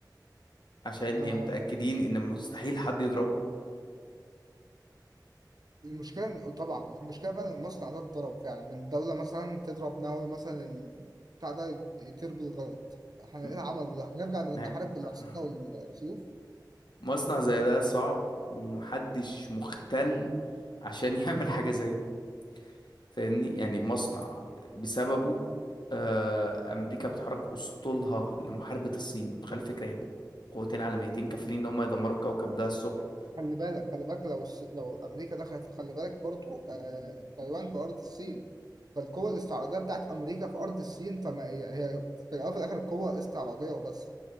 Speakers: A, on the left; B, on the right.
A: عشان
B: آه،
A: هي متأكدين ان مستحيل حد يضربه
B: المشكلة إن- طبعا المشكلة بقى إن المصنع ده اتضرب فعلا من دولة مثلا تضرب ناوي مثلا ال- بتاع ده يت- يطير بالغلط احنا
A: م-
B: ايه العمل ده؟ هنرجع نحارب
A: نا-
B: باللي
A: <laughs>
B: حصلنا والسيوف؟
A: مصنع زي ده صعب ومحدش مختل عشان <laughs> يعمل حاجة زي دي فاهمني يعني مصنع بسببه آه، امريكا بتحرك اسطولها لمحاربة الصين متخيل الفكرة يعني قوتين عالميتين كافلين ان هم يدمروا الكوكب ده الصبح
B: خلي بالك خلي بالك لو الس... لو أمريكا دخلت خلي بالك برضو آه... تايوان في أرض الصين فالقوة الاستعراضية بتاعت أمريكا في أرض الصين فما هي, هي في الأول وفي الآخر قوة استعراضية وبس